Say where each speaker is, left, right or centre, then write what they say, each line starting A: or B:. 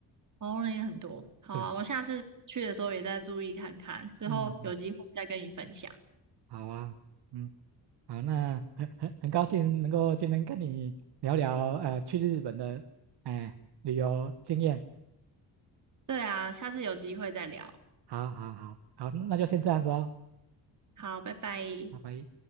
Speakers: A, on the right; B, on the right.
A: 哦，那也很多。好啊，
B: 对，
A: 我下次去的时候也再注意看看，之后有机会再跟你分享。
B: 嗯嗯，好啊。嗯。好，那很很很高兴能够今天跟你聊聊呃去日本的哎、呃旅游经验。
A: 对啊，下次有机会再聊。
B: 好好好好，那就先这样子哦，
A: 好，拜拜。
B: 拜拜。